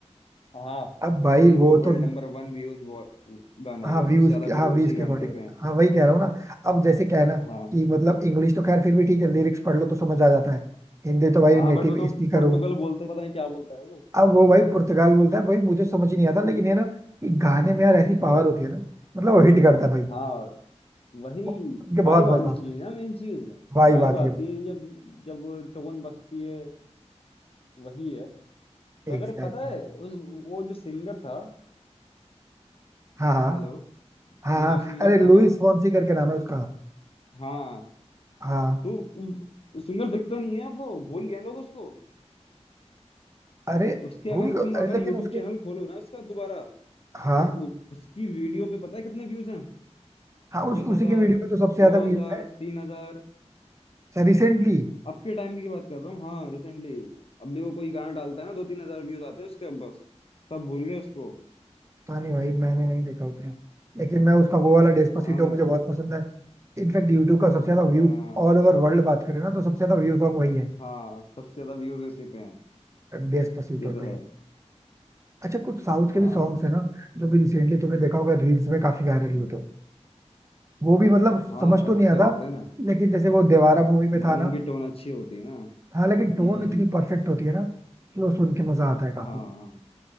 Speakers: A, on the left (about 55°); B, on the right (about 25°).
A: हाँ
B: अब भाई
A: भाई
B: वो
A: वो
B: तो
A: वर्ल्ड
B: न-
A: नंबर वन व्यूज गाना
B: हाँ
A: है वो
B: व्यूज
A: सबसे ज्यादा
B: हाँ
A: व्यूज
B: व्यूज
A: उसी गाने
B: के अकॉर्डिंग
A: पे हैं
B: हाँ वही कह रहा हूँ ना अब जैसे क्या है ना
A: हाँ
B: कि मतलब इंग्लिश तो खैर फिर भी ठीक है लिरिक्स पढ़ लो तो समझ आ जाता है हिंदी तो भाई
A: हाँ
B: नेटिव
A: बट वो तो
B: स्पीकर
A: पुर्तगाल
B: हूँ
A: बोलते हैं, पता नहीं क्या बोलता है वो
B: अब वो भाई पुर्तगाल बोलता है भाई मुझे समझ ही नहीं आता लेकिन ये ना कि गाने में यार ऐसी
A: हाँ
B: पावर होती है ना मतलब वो हिट करता है भाई
A: हाँ वही
B: वो सुन के
A: वाइब
B: बहुत मजा
A: आनी
B: आता
A: चाहिए
B: है
A: ना मेन चीज
B: वाही
A: वाइब
B: बात
A: आती
B: ये भाई,
A: है जब जब टोन बजती है वही है मगर
B: एग्जैक्टली
A: पता है उस वो जो सिंगर था
B: हाँ हाँ
A: हेलो
B: हाँ
A: वो
B: हाँ
A: जो सिंगर
B: अरे लुइस
A: था ना
B: फोंसी करके नाम है उसका
A: हाँ
B: हाँ
A: तो सिंगर दिखता नहीं है वो भूल गए लोग उसको
B: अरे
A: उसके
B: भूल
A: अगर
B: गए-
A: तुम
B: अरे
A: अगर
B: लेकिन
A: यूट्यूब
B: उसके
A: चैनल खोलो ना उसका दोबारा
B: हाँ
A: तो उ, उसकी वीडियो पे पता है कितने व्यूज हैं
B: हाँ उस
A: एक हजार
B: उसी के वीडियो पे तो सबसे ज्यादा
A: दो
B: व्यूज
A: हजार
B: है
A: तीन हजार
B: अच्छा रिसेंटली
A: अब के टाइम की बात कर रहा हूँ हाँ रिसेंटली अब भी वो कोई गाना डालता है ना दो तीन हजार व्यूज आते हैं उसके अब बस सब भूल गए उसको
B: पता नहीं भाई मैंने नहीं देखा उतना लेकिन मैं उसका वो वाला डेस्पासिटो
A: हाँ
B: मुझे बहुत पसंद है इनफैक्ट यूट्यूब का सबसे ज्यादा
A: हाँ
B: व्यू ऑल ओवर वर्ल्ड बात करें ना तो सबसे ज्यादा व्यू सॉन्ग वही है
A: हाँ सबसे ज्यादा व्यूज इसी पे हैं
B: डेस्पासिटो
A: ये तो
B: पे
A: है
B: अच्छा कुछ साउथ के
A: हाँ
B: भी सॉन्ग्स है ना जो भी रिसेंटली तुमने देखा होगा रील्स में काफी वायरल हुए थे वो भी मतलब
A: हाँ
B: समझ
A: साउथ
B: तो नहीं आता
A: के होते हैं ना
B: लेकिन जैसे वो देवारा मूवी में
A: मगर
B: था
A: उनकी
B: ना
A: टोन अच्छी होती है ना हम्म
B: हाँ लेकिन टोन इतनी परफेक्ट होती है ना कि वो सुन के मजा आता है काफी
A: हाँ हाँ